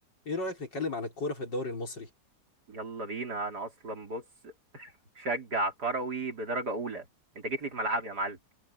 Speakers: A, on the left; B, on the right.
A: ايه رأيك نتكلم عن الكورة في الدوري المصري
B: يلا بينا انا اصلا بص شجع كروي بدرجة اولى انت جيت لي في ملعبي يا معلم